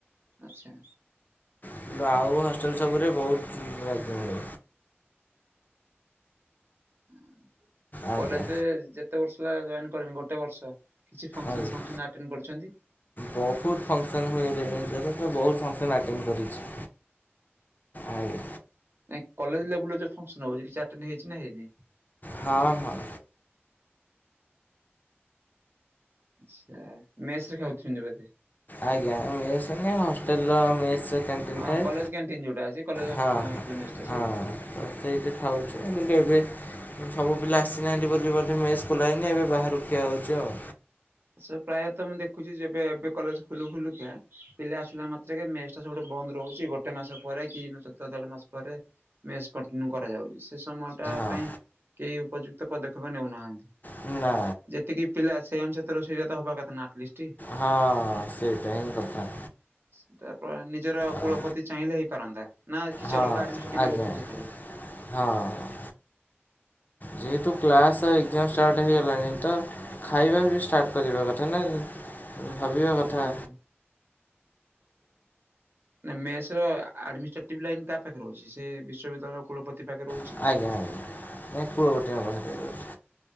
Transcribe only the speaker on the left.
କିନ୍ତୁ ଆଉ ହଷ୍ଟେଲ ସବୁରେ ବହୁତ ପୁରା ଧୁମ ହୁଏ।
ଆଜ୍ଞା
ଆଜ୍ଞା
ବହୁତ ଫଙ୍କସନ୍ ହୁଏ ରେ ଏଞ୍ଜୋୟ୍ ତ ପୁରା ବହୁତ ଫଙ୍କସନ୍ ଆଟେଣ୍ଡ କରିଛି। ଆଜ୍ଞା।
ହଁ ହଁ।
ଆଜ୍ଞା ମେସ୍ ନୁହେଁ ହଷ୍ଟେଲର ମେସ୍ କ୍ୟାଣ୍ଟିନ
ଥାଏ
ହଁ
ହଁ ହଁ। ଅ ସେଇଠି ଖାଉଚୁ କିନ୍ତୁ ଏବେ। ସବୁ ପିଲା ଆସିନାହାନ୍ତି ବୋଲି ବୋଧେ ମେସ ଖୋଲା ହେଇନି ଏବେ ବାହାରୁ ଖିଆ ହଉଚି ଆଉ।
ଆ-
ହଁ ନା
ହଁ ସେଇଟା ହିଁ କଥା।
ଆଉ
ହଁ
ଆଜ୍ଞା
ହଁ। ଯେହେତୁ କ୍ଲାସ ଆଉ ଏକ୍ଜାମ ଷ୍ଟାର୍ଟ ହେଇଗଲାଣି ତ। ଖାଇବା ବି ଷ୍ଟାର୍ଟ କରିବା କଥା ନା ଉଁ ଭାବିବା
କଥା।
ଆଜ୍ଞା ଆଜ୍ଞା ନାଇଁ କୁଳପତିଙ୍କ ପାଖରେ।